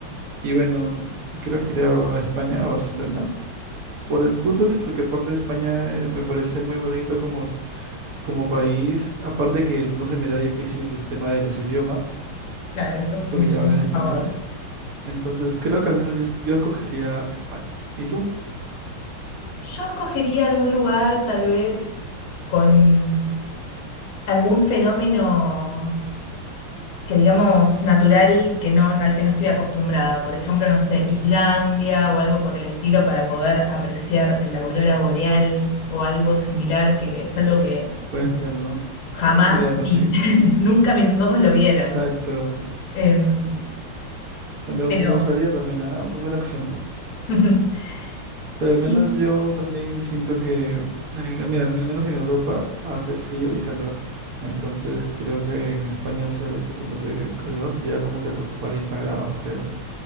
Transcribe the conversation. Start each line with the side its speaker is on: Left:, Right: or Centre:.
Right: Y bueno, creo que iría a España, a Barcelona. por el fútbol y porque aparte España eh, me parece muy bonito como, s- como país, aparte que no se me da difícil el tema de los idiomas,
Left: Claro, eso es
Right: porque
Left: un
Right: ya
Left: punto
Right: hablan español,
Left: a favor.
Right: entonces creo que al menos yo, es- yo escogería España. ¿Y tú?
Left: Yo escogería algún lugar, tal vez, con algún fenómeno. que digamos natural que no, al que no estoy acostumbrada. Por ejemplo, no sé, Islandia o algo por el estilo para poder apreciar la aurora boreal o algo similar, que es algo que
Right: Puede ser, ¿no?
Left: jamás
Right: Buena idea también.
Left: vi.
Right: sí.
Left: <laughs> Nunca mis ojos lo vieron.
Right: Exacto.
Left: Em,
Right: Me gusta-
Left: pero
Right: me gustaría también, ¿ah? Es buena opción.
Left: <laughs>
Right: Pero al menos
Left: y-
Right: yo también siento que, en- mira, al menos en Europa hace frío y calor. Entonces creo que en España hace, a veces cuando hace calor llega como que a los 40 grados, creo.